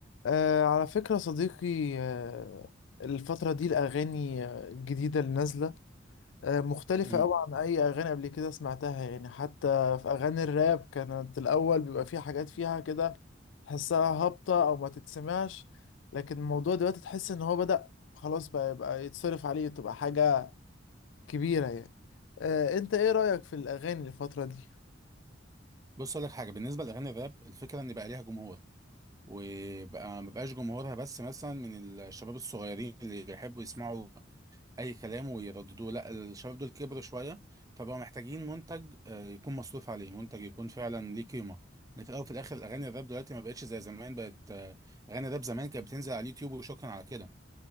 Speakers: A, on the left; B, on the right.
A: آه على فكرة صديقي آه الفترة دي الأغاني آه، الجديدة اللي نازلة آه مختلفة
B: مم.
A: أوي عن أي أغاني قبل كده سمعتها يعني حتى في أغاني الراب كانت الأول بيبقى فيه حاجات فيها كده تحسها هابطة أو ما تتسمعش لكن الموضوع دلوقتي تحس إن هو بدأ خلاص بقى يبقى يتصرف عليه تبقى حاجة كبيرة يعني آه أنت إيه رأيك في الأغاني الفترة دي؟
B: بص اقول لك حاجه بالنسبه لاغاني الراب الفكره ان بقى ليها جمهور وبقى ما بقاش جمهورها بس مثلا من الشباب الصغيرين اللي يحبوا يسمعوا اي كلام ويرددوه لا الشباب دول كبروا شويه فبقوا محتاجين منتج آه، يكون مصروف عليه منتج يكون فعلا ليه قيمه لأن في الاول وفي الاخر اغاني الراب دلوقتي ما بقتش زي زمان بقت آه، اغاني الراب زمان كانت بتنزل على اليوتيوب وشكرا على كده